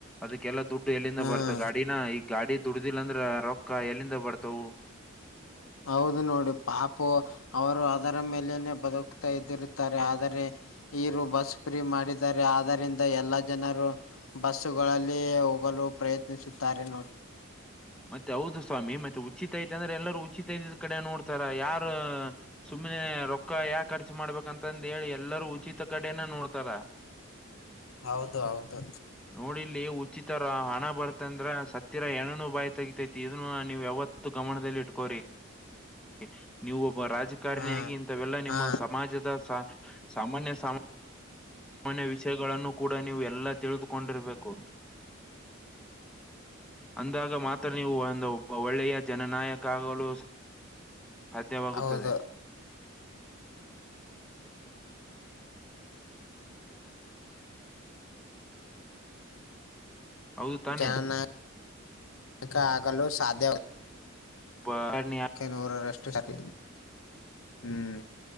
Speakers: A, in the centre; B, on the left (about 85°).
A: ಅದಕ್ಕೆಲ್ಲಾ ದುಡ್ಡು ಎಲ್ಲಿಂದ
B: ಹ್ಮ್
A: ಬರ್ತ ಗಾಡಿನ ಈ ಗಾಡಿ ದುಡ್ದಿಲ್ಲ ಅಂದ್ರ ರೊಕ್ಕ ಎಲ್ಲಿಂದ ಬರ್ತವು
B: ಹೌದು ನೋಡಿ ಪಾಪು ಅವರು ಅದರ ಮೇಲೇನೆೇ ಬದುಕ್ತಾ ಇದ್ದಿರುತ್ತಾರೆ ಆದರೆ ಇರು ಬಸ್ ಫ್ರೀ ಮಾಡಿದ್ದಾರೆ ಆದರಿಂದ ಎಲ್ಲಾ ಜನರು ಬಸುಗಳಲ್ಲಿ ಹೋಗಲು ಪ್ರಯತ್ನಿಸುತ್ತಾರೆ ನೋಡಿ
A: ಮತ್ತೆ ಹೌದು ಸ್ವಾಮಿ ಮತ್ತೆ ಉಚಿತ ಐತೆ ಅಂದ್ರೆ ಎಲ್ಲರೂ ಉಚಿತ ಐತದ್ ಕಡೆ ನೋಡ್ತಾರ ಯಾರ ಸುಮ್ಮ್ನೆ ರೊಕ್ಕ ಯಾಕ್ ಖರ್ಚು ಮಾಡ್ಬೇಕ ಅಂತಂದು ಹೇಳಿ ಎಲ್ಲರೂ ಉಚಿತ ಕಡೆನ ನೋಡ್ತಾರ
B: ಹೌದು ಹೌದು
A: ನೋಡಿಲ್ಲಿ ಉಚಿತ ರ ಹಣ ಬರ್ತಂದ್ರ ಸತ್ತಿರ ಹೆಣನು ಬಾಯ್ತ ಇಗ್ತತಿ ಇದನ್ನ ನೀವು್ ಯಾವತ್ತ ಗಮನದಲ್ಲಿ ಇಟ್ಕೋ್ರಿ...... ಇ ನೀವು ಒಬ್ಬ ರಾಜಕಾರಣಿಯಾಗಿ
B: ಹಾ
A: ಇಂಥವೆಲ್ಲಾ ನಿಮ್ಮ
B: ಹಾ
A: ಸಮಾಜದ ಸ ಸಾಮಾನ್ಯ ಸಮ ಸಮಾನ್ಯ ವಿಷಯಗಳನ್ನು ಕೂಡ ನೀವು ಎಲ್ಲಾ ತಿಳಿದುಕೊಂಡಿರ್ಬೇಕು ಅಂದಾಗ ಮಾತ್ರ ನೀವು ಒಂದು ಒಬ್ಬ ಒಳ್ಳೆಯ ಜನನಾಯಕ ಆಗಲು ಸಾ ಸಾಧ್ಯವಾಗುತ್ತದೆ
B: ಹೌದು
A: ಹೌದು ತಾನೆ
B: ಜನನಾಯ...... ಕಕ ಆಗಲು ಸಾಧ್ಯ
A: ಭ..... ರಣ್ಯ
B: ನೂರರಷ್ಟುಸತಿ.. ಹ್ಮ್